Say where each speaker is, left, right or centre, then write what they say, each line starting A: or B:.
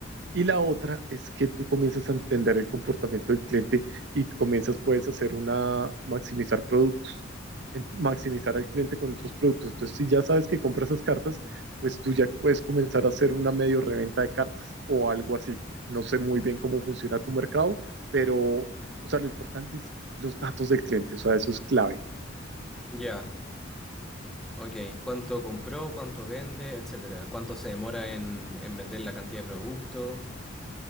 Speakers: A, on the right; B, in the centre.
A: Y la otra es que tú comienzas a entender el comportamiento del cliente y comienzas, puedes hacer una, maximizar productos, en- maximizar al cliente con otros productos. Entonces, si ya sabes que compras esas cartas, pues tú ya puedes comenzar a hacer una medio reventa de cartas o algo así. No sé muy bien cómo funciona tu mercado, pero, o sea, lo importante es los datos del cliente, o sea, eso es clave.
B: Ya. Ok, ¿cuánto compró, cuánto vende, etcétera? ¿Cuánto se demora en, en vender la cantidad de productos?